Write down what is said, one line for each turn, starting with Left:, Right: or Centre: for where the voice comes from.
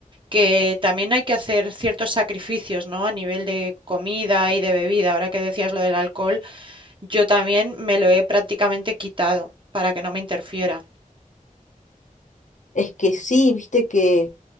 Right: que también hay que hacer ciertos sacrificios, ¿no? A nivel de comida y de bebida. Ahora que decías lo del alcohol, yo también me lo he prácticamente quitado para que no me interfiera.
Left: Es que sí, viste que,